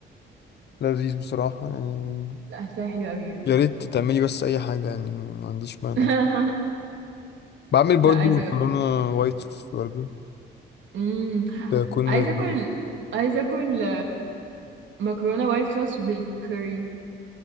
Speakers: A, on the left; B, on the right.
A: لذيذ بصراحة يعني
B: لا حاساها حلوه قوي يعني
A: يا ريت تعملي بس اي حاجة يعني ما عنديش مانع
B: <laughs>
A: بعمل برضو
B: لا عايزه
A: مكرونة
B: اجرب
A: وايت صوص برضو
B: امم
A: تكون
B: عايزه
A: لذيذة
B: اكل عايزه اكل مكرونة وايت صوص بالكcurry